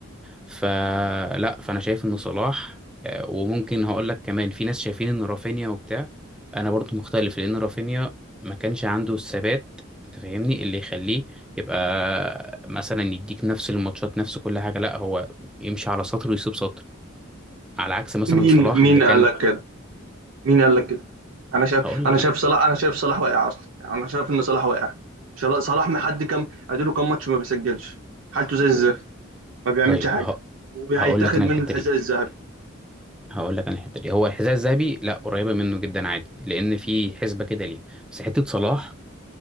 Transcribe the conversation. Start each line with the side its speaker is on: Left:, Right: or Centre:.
Centre: فلا فانا شايف ان صلاح آه، وممكن هقول لك كمان في ناس شايفين ان رافينيا وبتاع انا برضو مختلف لان رافينيا ما كانش عنده الثبات انت فاهمني اللي يخليه يبقى مثلا يديك نفس الماتشات نفس كل حاجه لا هو يمشي على سطر ويسيب سطر على عكس مثلا
Right: مين
Centre: صلاح
Right: مين
Centre: اللي كان
Right: قال لك كده مين قال لك كده انا شايف
Centre: هقول لك
Right: انا شايف
Centre: انا
Right: صلاح انا شايف صلاح واقع اصلا يعني انا شايف ان صلاح واقع شلا- صلاح محد كام اديله كام ماتش ما بيسجلش حالته زي الزفت ما بيعملش
Centre: طيب
Right: حاجه
Centre: ه...
Right: وهيتاخد
Centre: هقول لك انا
Right: منه
Centre: الحته
Right: الحذاء
Centre: دي
Right: الذهبي
Centre: هقول لك انا الحته دي هو الحذاء الذهبي لا قريبه منه جدا عادي لان في حسبه كده ليه بس حته صلاح